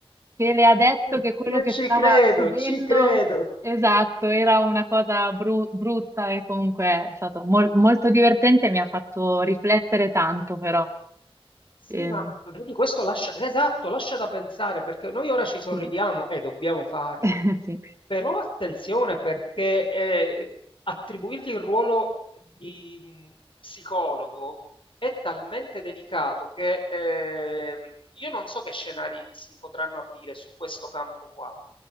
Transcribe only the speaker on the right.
che le ha detto
che quello
che
stava
subendo,
esatto, era una cosa bru- brutta e comunque è stato mol- molto divertente e mi ha fatto riflettere tanto però.
Ehm,
sì.
<laughs> Sì,